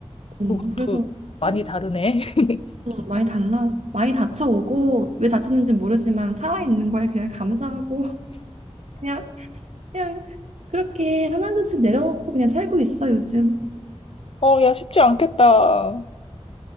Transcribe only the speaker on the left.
그것도
많이
다르네. <laughs>
어, 야, 쉽지 않겠다.